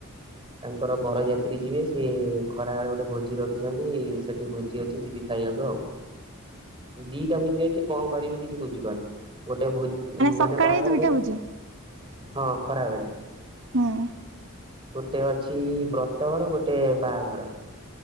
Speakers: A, on the right; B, on the right.
A: ତାଙ୍କର ବରଯାତ୍ରୀ ଯିବେ ସିଏ ଖରାବେଳେ ଗୋଟେ ଭୋଜି ରଖିଛନ୍ତି ସେଠି ଭୋଜି ଅଛି ଯିବି ଖାଇବାକୁ ଆଉ ଦିଟା ଭୋଜି ଅଛି କଣ କରିବି କିଛି ବୁଝିପାରୁନି। ଗୋଟେ ଭ୍ ମାନେ
B: ସକାଳେ
A: ବାହାଘର
B: ଏଇ ଦୁଇଟା
A: ଭୋଜ୍
B: ଭୋଜି?
A: ହଁ ଖରା ବେଳେ।
B: ହୁଁ।
A: ଗୋଟେ ଅଛି ବ୍ରତଘର ଗୋଟେ ବାହାଘର।